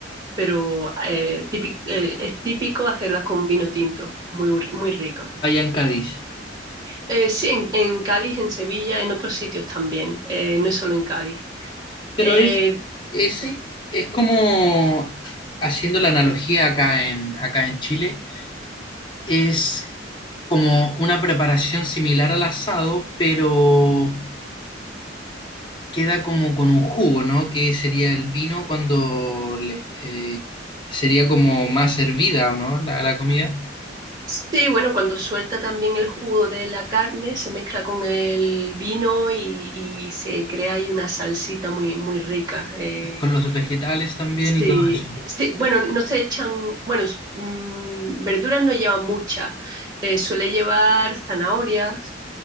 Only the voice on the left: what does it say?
allá en Cádiz.
Pero
es, es,
es como, haciendo la analogía acá en, acá en Chile, es como una preparación similar al asado, pero queda como con un jugo, ¿no? Que sería el vino cuando le- eh, sería como más hervida, ¿o no? La, la comida,
con los vegetales también
y todo eso.